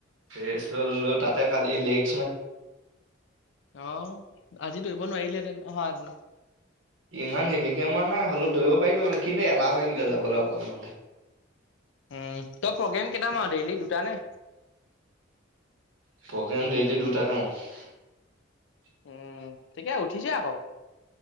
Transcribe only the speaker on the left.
অহ আজি ধৰিব নোৱাৰিলেহেতেন অহাহেতেনো।
উম তই প্ৰগ্ৰেম কেইটা মাৰ ডেইলি দুটা নে?
উম ঠিকে উঠিছে আকৌ।